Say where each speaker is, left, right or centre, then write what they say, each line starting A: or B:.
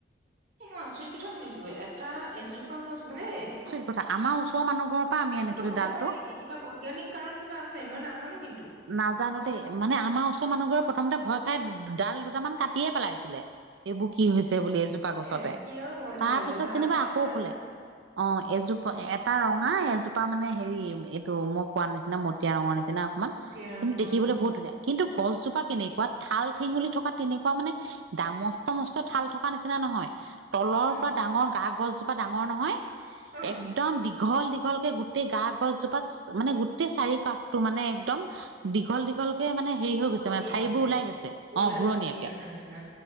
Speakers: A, on the right; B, on the right.
A: এ মই আচৰিত কথা শুনিছো এটা এজোপা গছ মানে-
B: কতা আমাৰ ওচৰৰ মানুহ ঘৰৰ পৰা আমি আনিছিলো
A: এইটো হ'ব
B: ডালটো।
A: পাৰে নেকি কিবা বৈজ্ঞানিক- কাৰণ কিবা আছে মই নাজানো কিন্তু।
B: নাজানো
A: অ,
B: দেই। মানে আমাৰ ওচৰ মানুহ ঘৰে প্ৰথমতে ভয় খাই ডাল দুটামান কাটিয়ে পেলাইছিলে। এইবোৰ কি হৈছে বুলি এজোপা গছতে,
A: এ কিয় ভয় খাব
B: তাৰ
A: লাগে
B: পিছত
A: ভালহে
B: যেনিবা
A: পাব
B: আকৌ
A: লাগে
B: ফুলে।
A: ন?
B: অঁ এজোপা এটা ৰঙা এজোপা মানে হেৰি এইটো মই কোৱাৰ নিচিনা মতিয়া ৰঙৰ নিচিনা- মান
A: মটীয়া
B: কিন্তু
A: ৰঙৰ
B: দেখিবলৈ বহুত ধুনীয়া, কিন্তু গছজোপা কেনেকুৱা ঠাল ঠেঙুলি থকা তেনেকুৱা মানে- ডাঙ মস্ত মস্ত ঠাল থকা নিচিনা নহয়। তলৰ
A: উম,
B: পৰা ডাঙৰ গা গছজোপা ডাঙৰ নহয়,
A: উম,
B: একদম দীঘল দী- দীঘলকে গোটেই গা গছজোপাত মানে গোটেই চাৰি কাষটো মানে একদম দীঘল দীঘ- ঘলকে মানে হেৰি হৈ গৈছে
A: ওলমি
B: মানে ঠাৰী
A: আহিছে
B: বোৰ ওলাই গৈছে,
A: ওলাই
B: অঁ ঘূৰণিয়াকে।
A: ওলমি অহা নিচিনা